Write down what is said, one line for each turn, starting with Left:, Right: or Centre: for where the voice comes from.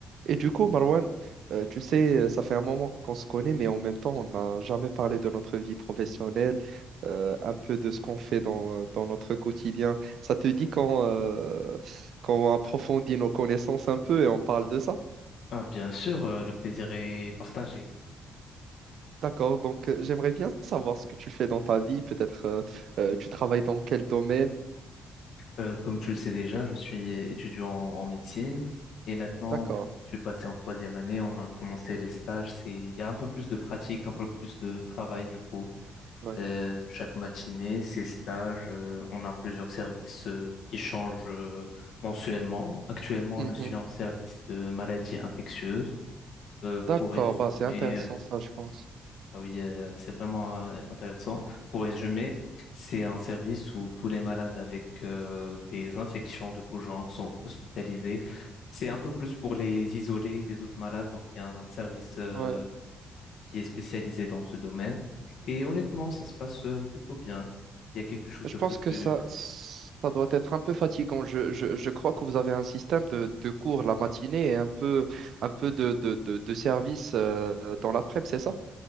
Right: Et du coup, Marwan, euh, tu sais, euh, ça fait un moment qu'on se connaît, mais en même temps, on n'a jamais parlé de notre vie professionnelle, euh, un peu de ce qu'on fait dans, euh, dans notre quotidien. Ça te dit qu'on euh, qu'on approfondit nos connaissances un peu et on parle de ça?
Left: Ah, bien sûr, euh, le plaisir est partagé.
Right: D'accord, donc euh, j'aimerais bien savoir ce que tu fais dans ta vie, peut-être euh, euh, tu travailles dans quel domaine?
Left: Euh, comme tu le sais déjà, je suis étudiant en, en médecine et maintenant,
Right: D'accord,
Left: vu que je suis passé en troisième année, on a commencé les stages. C'est, il y a un peu plus de pratique, un peu plus de travail du coup.
Right: ouais.
Left: Euh, chaque matinée, ces stages, euh, on a plusieurs services euh, qui changent euh, mensuellement. Actuellement,
Right: Mhm.
Left: je suis en service de maladies infectieuses. Euh,
Right: D'accord,
Left: pour résumer,
Right: bah, c'est intéressant
Left: euh,
Right: ça, je pense.
Left: Ah oui, euh, c'est vraiment euh, intéressant. Pour résumer, c'est un service
Right: Mhm.
Left: où tous les malades avec euh, des infections de tout genre sont hospitalisés. C'est un peu plus pour les isoler des autres malades, donc il y a un service euh,
Right: Ouais.
Left: qui est spécialisé dans ce domaine. Et honnêtement, ça se passe euh, plutôt bien. Il y a quelque chose
Right: Je
Left: de
Right: pense
Left: plus
Right: que
Left: que
Right: ça, ça doit être un peu fatigant. Je, je- je crois que vous avez un système de, de cours la matinée et un peu, un peu de, de, de, de service euh, dans l'après-midi, c'est ça?